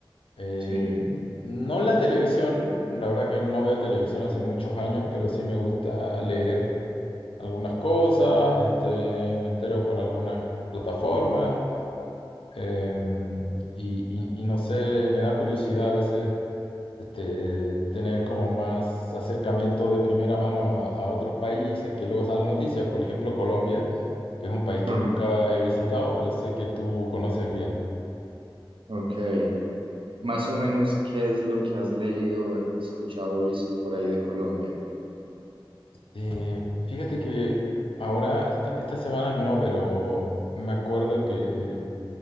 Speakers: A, on the left; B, on the right.
A: eh,
B: Sí.
A: no la televisión, la verdad que no veo televisión hace muchos años, pero sí me gusta leer algunas cosas, este, me entero por algunas plataformas, em, y, y y no sé, me da curiosidad a veces este, tener como más acercamiento de primera mano a, a otros países que luego salen noticias. Por ejemplo, Colombia, que es un país que
B: Ajá.
A: nunca he visitado, pero sé que tú conoces bien.
B: Ok. Más o menos, ¿qué es lo que has leído, o escuchado, o visto por ahí de Colombia?
A: Eh, fíjate que ahora, esta- estas semanas no, pero me acuerdo que